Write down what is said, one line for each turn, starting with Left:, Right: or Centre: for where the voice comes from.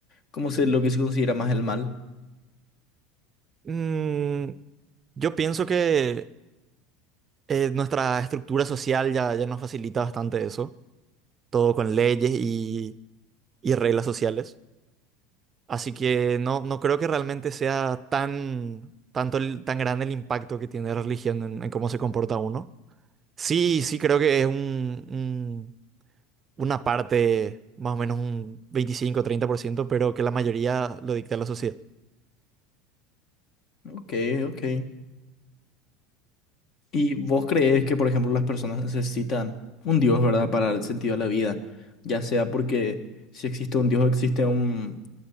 Left: como se, lo que se considera más el mal.
Right: Mm, yo pienso que eh, nuestra estructura social ya, ya nos facilita bastante eso, todo con leyes y, y reglas sociales. Así que no, no creo que realmente sea tan, tanto el- tan grande el impacto que tiene la religión en, en cómo se comporta uno. Sí, sí, creo que es un, una parte, más o menos un veinticinco treinta por ciento pero que la mayoría lo dicta la sociedad.
Left: Ok, ok. ¿Y vos crees que, por ejemplo, las personas necesitan un Dios, ¿verdad?, para el sentido de la vida, ya sea porque si existe un Dios, existe un